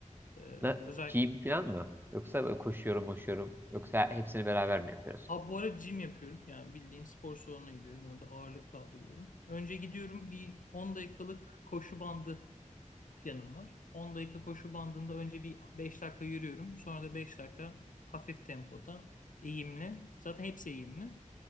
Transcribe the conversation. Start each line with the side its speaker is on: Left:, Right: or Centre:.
Left: Ee,
Right: Ne,
Left: özellikle
Right: gym falan mı? Yoksa böyle koşuyorum, koşuyorum. Yoksa hepsini beraber mi yapıyorsun?
Left: abi bu ara gym yapıyorum. Yani bildiğin spor salonuna gidiyorum. Orada ağırlık kaldırıyorum. Önce gidiyorum bir 10 dakikalık koşu bandı planım var. 10 dakika koşu bandında önce bir 5 dakika yürüyorum. Sonra da 5 dakika hafif tempoda eğimli. Zaten hepsi eğimli.